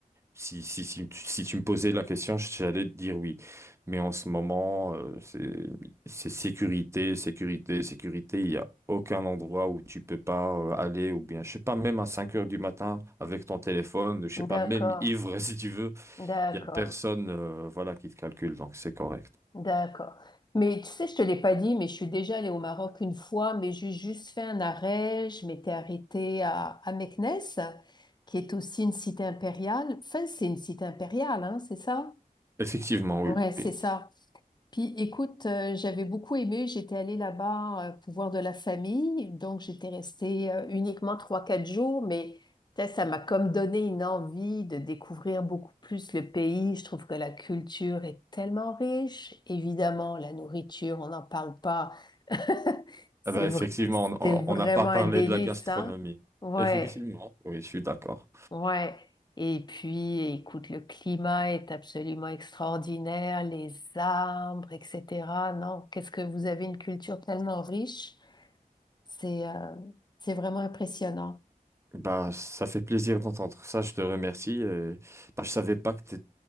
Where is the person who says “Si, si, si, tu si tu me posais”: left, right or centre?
Right